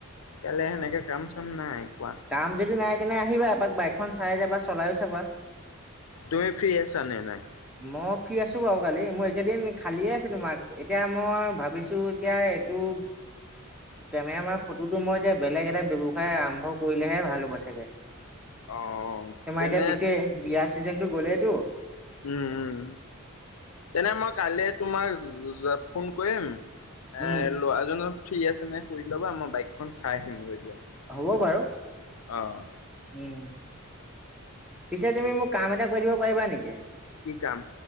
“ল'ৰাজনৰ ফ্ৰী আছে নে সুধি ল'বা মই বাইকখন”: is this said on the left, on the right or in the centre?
Left